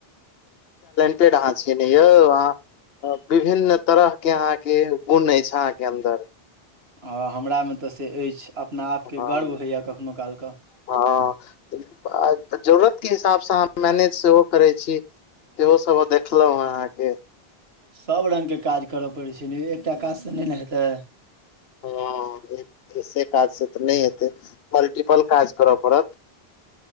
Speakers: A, on the left; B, on the right.
A: पेड़ अहाँ छिय ने यौ अह विभिन्न तरह के अहाँ के बुन अछि अहा के अन्दर।
B: आ हमरामे तऽ से अछि। अपना आपके
A: हँ
B: गर्व होइए कखनो कालके
A: हँ <unintelligible> जरूरतके हिसाबसँ अहाँ मैनेज सेहो करै छी, सेहोसभ देखलहुँँ अहाँके।
B: सभ रङ्गके काज करय पड़ै छै, ने एकटा काजसँ नहि ने हेतै।
A: हँ ऐसे काजसँ तऽ नहि हेतै, मल्टीपल काज करय पड़त।